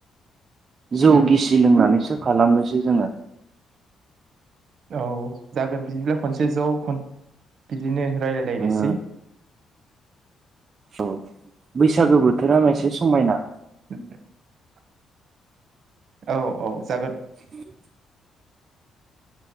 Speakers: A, on the right; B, on the right.
A: जौ
B: उम
A: गिसि लोंनानैसो खालामनोसै जोङो।
B: औ जागोन बिदिब्ला खनसे जौ खन बिदिनो राय्लायलायनोसै।
A: ओ औ बैसागो बोथोरा मासे समायना।
B: <unintelligible> औ औ जागोन।
A: <inaudible>